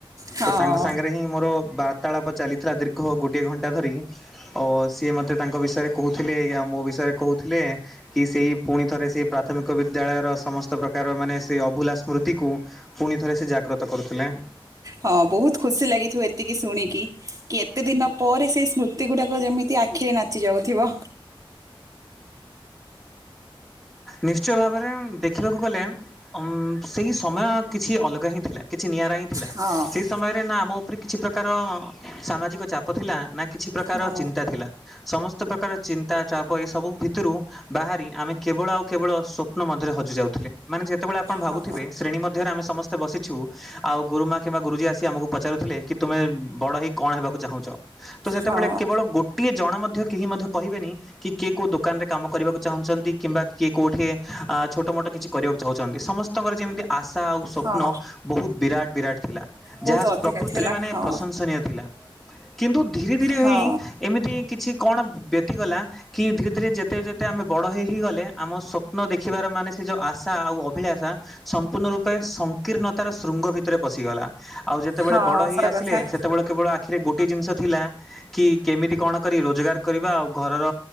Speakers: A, on the right; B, in the centre.
A: ହଁ
B: ତତାଙ୍କ ସାଙ୍ଗରେହିଁ ମୋର ବା ତାଳାପ ଚାଲିଥିଲା ଦୀର୍ଘ ଗୋଟିଏ ଘଣ୍ଟା ଧରି ଓ ସିଏ ମୋତେ ତାଙ୍କ ବିଷୟରେ କହୁଥିଲେ ଆଉ ମୋ ବିଷୟରେ କହୁଥିଲେ କି ସେଇ ପୁଣି ଥରେ ସେଇ ପ୍ରାଥମିକ ବିଦ୍ୟାଳୟର ସମସ୍ତ ପ୍ରକାର ମାନେ ସେ ଅଭୁଲା ସ୍ମୃତିକୁ ପୁଣି ଥରେ ସେଜାଗ୍ରତ କରୁଥିଲେ।
A: ହଁ ବହୁତ୍ ଖୁସି ଲାଗିଥିବ ଏତିକି ଶୁଣିକି କିଏତେ ଦିନ ପରେ ସେଇ ସ୍ମୃତି ଗୁଡ଼ାକ ଯେମିତି ଆ ଖିରେ ନାଚି ଯାଉଥିବ।
B: ନିଶ୍ଚୟ ଭାବରେ ଦେଖିବାକୁ ଗଲେ ଉ ସେଇ ସମୟ କିଛି ଅଲଗାହିଁ ଥିଲା କିଛି ନିଆରା ହିଁ ଥିଲା
A: ହଁ
B: ସେଇ ସମୟରେ ନାଆମ ଉପରେ କିଛି ପ୍ରକାର ସାମାଜିକ ଚାପ ଥିଲା ନା କିଛି ପ୍ରକାର
A: ହଁ
B: ଚିନ୍ତା ଥିଲା। ସମସ୍ତ ପ୍ରକାର ଚିନ୍ତା ଚାପ ଏସବୁ ଭିତରୁ ବାହାରି ଆମେ କେବଳ ଆଉ କେବଳ ସ୍ୱପ୍ନ ମଧ୍ୟରେ ହଜିଯାଉଥିଲେ। ମାନେ ଯେତେବେଳେ ଆପଣ ଭାବୁଥିବେ
A: ହଁ
B: ଶ୍ରେଣୀ ମଧ୍ୟରେ ଆମେ ସମସ୍ତେ ବସିଛୁ ଆଉ ଗୁରୁମା କିମ୍ବା ଗୁରୁଜୀ ଆସି ଆମକୁ ପଚାରୁଥିଲେ କି ତୁମେ ବଡ ହେଇ କଣ ହେବାକୁ ଚାହୁଁଛ? ତ ସେତେବେଳେ
A: ହଁ
B: କେବଳ ଗୋ ଗୋଟିଏ ଜଣ ମଧ୍ୟ କେହି ମଧ୍ୟ କହିବେନି କି କିଏ କେଉଁ ଦୋକାନରେ କାମ କରିବାକୁ ଚାହୁଁଛନ୍ତି କିମ୍ବା କିଏ କେଉଁଠି ଛୋଟମୋଟ କିଛି କରିବାକୁ ଚାହୁଁଛନ୍ତି ସମସ୍ତଙ୍କର ଯେମିତି ଆଶା ଆଉ ସ୍ୱପ୍ନ
A: ହଁ
B: ବୋହୁତ୍ ବିରାଟ ବିରାଟ ଥିଲା।
A: ବହୁତ
B: ଯାହା
A: ଅଧିକା
B: ପ୍ରକୃତରେ
A: ଥିଲା
B: ମାନେ
A: ହଁ
B: ପ୍ରଶଂସନୀୟ ଥିଲା। କିନ୍ତୁ ଧୀରେ ଧୀରେ
A: ହଁ
B: ହେଇ ଏମିତି କିଛି କଣ ବ୍ୟତିଗଲା କି ଧୀରେ ଧୀରେ, ଯେତେ ଯେତେ ଆମେ ବଡ଼ ହୋଇଇକି ଗଲେ ଆମ ସ୍ୱପ୍ନ ଦେଖିବାର ମାନେ ସେ ଯେଉଁ ଆଶା ଆଉ ଅଭିଳାଷା ସମ୍ପୂର୍ଣ୍ଣ ରୂପେ ସଂକୀର୍ଣ୍ଣତାର ଶୃଙ୍ଗ ଭିତରେ ପଶିଗଲା। ଆଉ ଯେତେବେଳେ
A: ହଁ
B: ବଡ ହେଇ
A: ସତ
B: ଆସିଲେ
A: କଥା।
B: ସେତେବେଳେ କେବଳ ଆଖିରେ ଗୋଟେ ଜିନିଷ ଥିଲା କି କେମିତି କଣ କରି ରୋଜଗାର କରିବା ଆଉ ଘରର